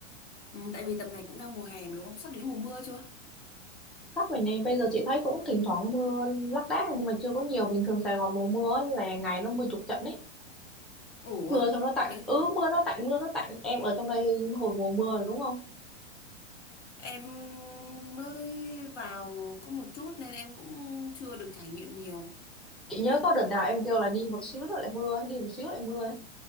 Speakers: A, on the left; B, in the centre.
A: Ừ, tại vì tầm này cũng đang mùa hè mà đúng không? Sắp đến mùa mưa chưa?
B: các miền này bây giờ chị thấy cũng thỉnh thoảng mưa lác đác nhưng mà chưa có nhiều bình thường Sài Gòn mùa mưa á là ngày nó mưa chục trận ấy
A: Ủa,
B: mưa xong nó tạnh
A: thế
B: ừ mưa nó tạnh mưa nó tạnh em ở trong đây hồi mùa mưa rồi đúng không
A: em mới vào có một chút nên em cũng chưa được trải nghiệm nhiều.
B: chị nhớ có đợt nào em kêu là đi một xíu nữa lại mưa ấy, đi một xíu lại mưa ấy